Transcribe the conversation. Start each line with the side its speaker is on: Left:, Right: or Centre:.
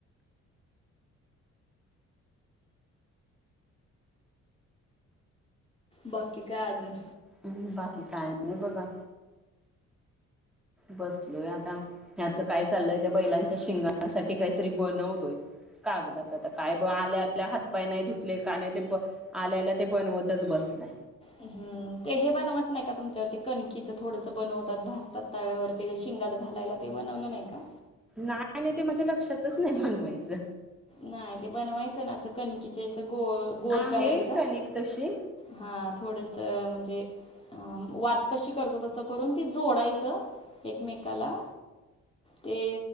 Left: बाकी काय आजून?
Centre: हम्म बाकी काय नाही बघा. बसलोय आता, ह्याचं काय चाललंय ते बैलांच्या शिंगण्याांसाठी काहीतरी बनवतोय. कागदाच आता काय ब आल्या आल्या हातपाय नाही धुतले का नाही ते ब आल्या आल्या ते बनवतच बसलय.
Left: हम्म, ते हे बनवत नाही का तुमच्यावरती कणकीचं थोडस बनवतात भाजतात. त्यावरती शिंगात घालायला ते बनवलं नाही का?
Centre: नाही ना ते माझ्या लक्षातच नाही म्हनवायचं.
Left: नाही ते बनवायचं ना असं कणीकीच्या असं गोल
Centre: आहे
Left: करायचा.
Centre: कणिक तशी
Left: हा थोडस म्हणजे वात कशी करतो तसं करून ती जोडायचं. एकमे मेकाला ते